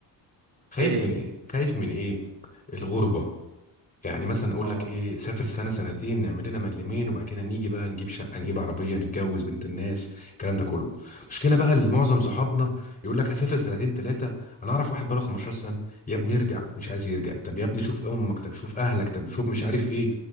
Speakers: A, on the left; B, on the right.
A: خايف
B: ايه هي
A: من ايه خايف من ايه الغربة يعني مثلا اقول
B: اه
A: لك ايه سافر سنة سنتين نعمل لنا ملمين وبعد كده نيجي بقى نجيب شقة نجيب عربية نتجوز بنت الناس الكلام ده كله مشكلة بقى لمعظم صحابنا يقول لك هسافر سنتين ثلاثة انا اعرف واحد بقاله 15 سنة يا ابني ارجع مش عايز يرجع طب يا ابني شوف امك طب شوف اهلك طب شوف مش عارف ايه